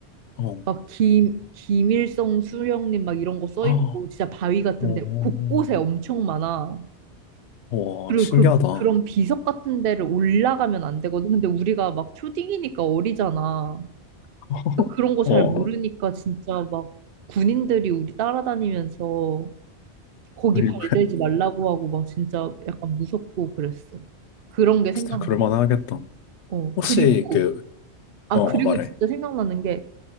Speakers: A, on the left; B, on the right.
A: 어,
B: 막
A: <gasps>
B: 김, 김일성 수령님 막 이런 거 써
A: 아,
B: 있고 진짜 바위 같은
A: 오,
B: 데 곳곳에 엄청 많아.
A: 와
B: 그리고
A: 신기하다.
B: 그, 그런 비석 같은 데를 올라가면 안 되거든. 근데 우리가 막 초딩이니까 어리잖아.
A: <laughs>
B: 그러니까 그런 거 잘
A: 어,
B: 모르니까 진짜 막 군인들이 우리 따라다니면서 거기
A: 아이고
B: 발대지 말라고 하고 막 진짜 약간 무섭고 그랬어. 그런 게 생각나.
A: 진짜 그럴만하겠다.
B: 어,
A: 혹시
B: 그리고,
A: 그,
B: 아,
A: 어, 어,
B: 그리고
A: 말해.
B: 진짜 생각나는 게